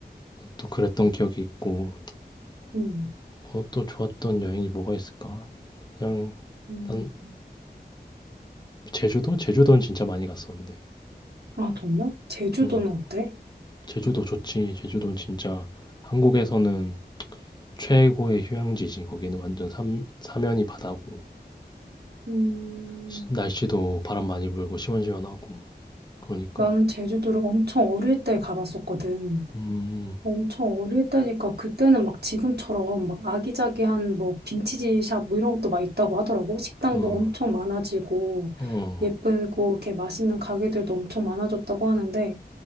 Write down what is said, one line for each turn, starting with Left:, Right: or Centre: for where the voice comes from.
Left: 또 그랬던 기억이 있고.
Right: 음.
Left: 뭐 또 좋았던 여행이 뭐가 있을까? 그냥
Right: 음.
Left: 난 제주도? 제주도는 진짜 많이 갔었는데.
Right: 아, 정말? 제주도는
Left: 음,
Right: 어때?
Left: 제주도 좋지. 제주도는 진짜 한국에서는 최고의 휴양지지. 거기는 완전 삼, 사면이 바다고
Right: 음,
Left: 시- 날씨도 바람 많이 불고 시원시원하고. 그러니까
Right: 나는 제주도를 엄청 어릴 때 가봤었거든.
Left: 음,
Right: 엄청 어릴 때니까 그때는 막 지금처럼 막 아기자기한 뭐 빈티지 샵 뭐 이런 것도 막 있다고 하더라고. 식당도
Left: 어,
Right: 엄청 많아지고
Left: 어,
Right: 예쁘고 이렇게 맛있는 가게들도 엄청 많아졌다고 하는데